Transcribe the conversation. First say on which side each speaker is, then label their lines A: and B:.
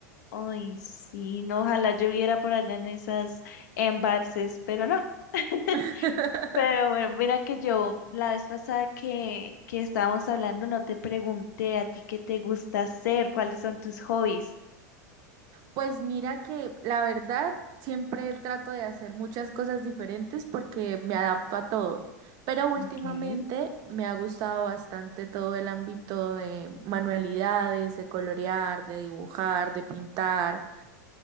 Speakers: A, on the left (about 75°); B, on the right (about 45°).
A: Ay, sí, no, ojalá lloviera por allá en esas embalses, pero no. <laughs>
B: <laughs>
A: Pero bueno, mira que yo la vez pasada que, que estábamos hablando no te pregunté a ti qué te gusta hacer, cuáles son tus hobbies.
B: Pues mira que la verdad siempre trato de hacer muchas cosas diferentes porque me adapto a todo, pero últimamente
A: Ok.
B: me ha gustado bastante todo el ámbito de manualidades, de colorear, de dibujar, de pintar.